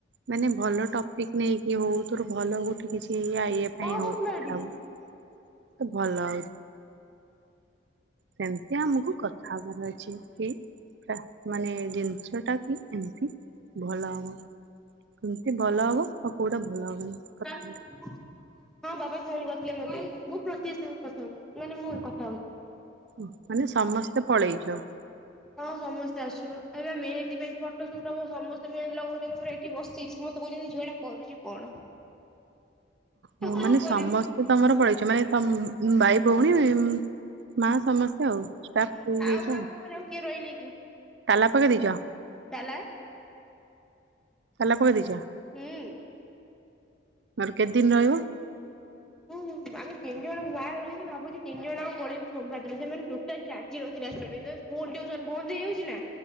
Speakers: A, on the right; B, in the centre.
A: ମାନେ ଭଲ ଟପ ପିକନିକ ଇଏ ହଉ ତୋର ଭଲ ଗୋଠି କିଛି ଇା ଇା ପାଇଁ
B: କଣ
A: ହଉ
B: କରୁଥିଲ
A: କଥା
B: ଏଠି?
A: ହବୁ ତ ଭଲ ଆଉ ସେମିତି ଆମକୁ କଥା ହବାର ଅଛି କି ମାନେ ଜିନିଷ ଟା କି ଏମିତି ଭଲ ହବ। କେମିତି ଭଲ ହବ ଆଉ କୋଉଟା ଭଲ ହବନି କଥା
B: ହଁ ବାବା ଫୋନ୍ କରି ମୁଁ ପ୍ରତି ସାଙ୍ଗରେ କଥା ହଉଛି ମାନେ ମୋର କଥା ହଉଛି।
A: ମାନେ ସମସ୍ତେ ପଳେଇଛ।
B: ହଁ ସମସ୍ତେ ଆସିବ ଆଉ ଏ ମେହେନ୍ଦୀ ପାଇଁ ଫଟୋ ଫଟ ସମେ ତମେ ମେହେନ୍ଦି ଲଗଉଛ ମୋର ଏଠି ବସି ସମସ୍ତେ କହୁଛନ୍ତି ଝିଅଟା। କରୁଛିୁ କଣ?
A: ହୋ
B: ଆଉ କଣ
A: ମାନେ
B: କରିବି
A: ସମସ୍ତେ ତମର ପଳେଇଛ ମାନେ ତ ଭାଇ ଭଉଣୀ ପୁଣି ମା ସମସ୍ତେ ଆଉ? ଷ୍ଟାଫ୍
B: ହୁଁ
A: କିଏ ଯାଇଛ
B: ଆଉ ଆମ ଘରେ କିଏ ରହିଲେ କି? କି।
A: ତାଲା ପକେଇ ଦେଇଛ?
B: ତାଲା।
A: ତାଲା ପକେଇଦେଇଚ।
B: ହେଁ।
A: ମର କେତେ ଦିନ ରହିବ?
B: ହୁଁ ଆମେ ତିନି ଜଣ ମାଆ ରହିବି ଭାବୁଛି ତିନି ଜଣ ଆକ ପଳେଇିବୁ ସଂଵାର ଦିନ ସେମାନେ ଟୋଟାଲି ରାଜି ନ ଥିବେ ସ୍କୁଲ ଟିଉସନ ବନ୍ଦ ହେଇଯାଉଛି ନା।